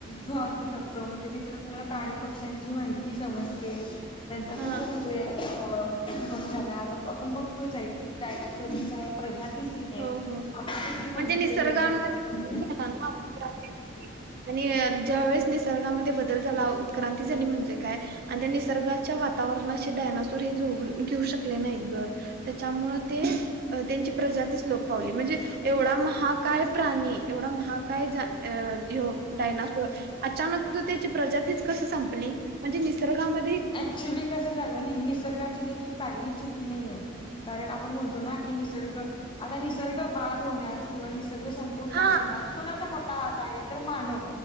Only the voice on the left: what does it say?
जो असू शक तो म्हणजे तिथे तुला प्राणी पक्ष्यांची माहिती समजते त्यांच्या
साठी की तो स्फोट झाला आपण बघतोच आहे की डायनासोर ची काय प्रजाती <unintelligible> आपण
किती बघितलेले
आपल्या
<unintelligible> कस झाल नाही. निसर्गाची देखील काहीही चुकी नाहीेय. कारण आपण म्हणतो ना जर बघ आता निसर्ग बाद होण्यास किंवा निसर्ग संपुष्टात
येणार कुणाचा मोठा वाटा आहे तर मानव.